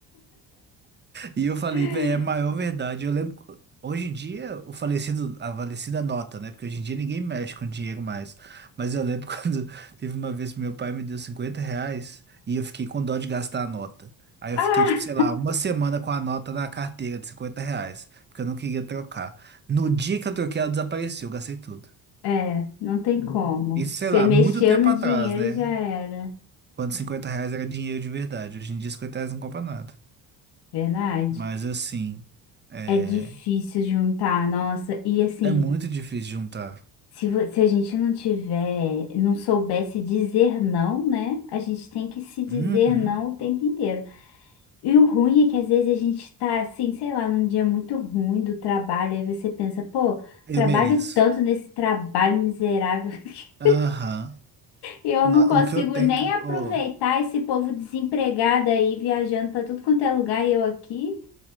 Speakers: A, on the right (about 25°); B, on the left (about 85°).
A: E eu falei,
B: <laughs>
A: velho, é a maior verdade. Eu lembro. que Hoje em dia, o falecido, a falecida nota, né? Porque hoje em dia ninguém mexe com dinheiro mais. Mas eu lembro <laughs> quando teve uma vez que meu pai me deu 50 reais e eu fiquei com dó de gastar a nota. Aí eu
B: Ah,
A: fiquei, tipo, sei lá, uma semana com a nota na carteira de 50 reais, porque eu não queria trocar. No dia que eu troquei, ela desapareceu, eu gastei tudo.
B: é, não tem como.
A: Isso, sei
B: Você
A: lá,
B: mexeu
A: muito tempo
B: no
A: atrás,
B: dinheiro
A: né?
B: já era.
A: Quando 50 reais era dinheiro de verdade. Hoje em dia, 50 reais não compra nada.
B: Verdade.
A: Mas assim. é,
B: É difícil juntar, nossa. E assim,
A: É muito difícil juntar.
B: se, vo- se a gente não tiver, não soubesse dizer não, né? A gente tem que se dizer
A: Uhum.
B: não o tempo inteiro. E o ruim é que às vezes a gente tá assim, sei lá, num dia muito ruim do trabalho, aí você pensa, pô,
A: Eu
B: trabalho
A: mereço.
B: tanto nesse trabalho miserável <laughs>
A: Aham.
B: e eu
A: No-
B: não consigo
A: O que eu tenho
B: nem
A: que.
B: aproveitar
A: ô,
B: esse povo desempregado aí viajando pra tudo quanto é lugar e eu aqui.